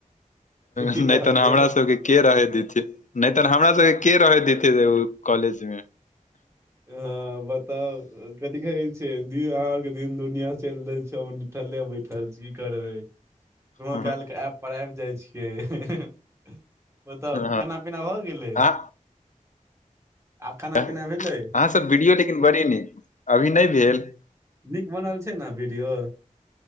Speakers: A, on the right (about 20°); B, on the left (about 65°).
A: की
B: <inaudible> नै
A: कहलियै
B: तऽ हमरा सब - केँ रहै देथै नै तऽ हमरा सब केँ रहे देथै ओइ कॉलेज में
A: हँ बताउ कथी कहै छै <unintelligible> क दिन दुनिया चैल दै छौन। निठल्ले बैठल छी की करबे <inaudible> कोनो
B: हँ
A: काल केँ ऐप पर आइब जाइ छियै <unintelligible> बतौअ
B: यौ
A: खाना पीना भऽ गेलै।
B: अहाँ
A: आ खाना
B: अहाँ
A: पीना भेलै
B: सभ वीडियो लेकिन बड़ी नीक अभी नै भेल।
A: नीक बनल छै न वीडियो।